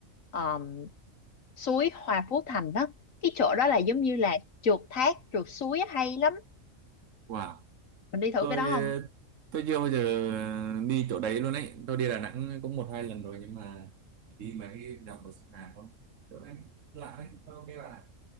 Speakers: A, on the left; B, on the right.
A: ờm, suối Hòa Phú Thành đó. Cái chỗ đó là giống như là trượt thác, trượt suối hay lắm
B: wow
A: mình đi thử
B: tôi
A: cái đó
B: ờ,
A: không
B: tôi chưa bao giờ đi chỗ đấy luôn ấy tôi đi Đà Nẵng cũng một hai lần rồi nhưng mà chỉ đi mấy cái đồng hồ sông Hàn không chỗ đấy lạ đấy tôi ok là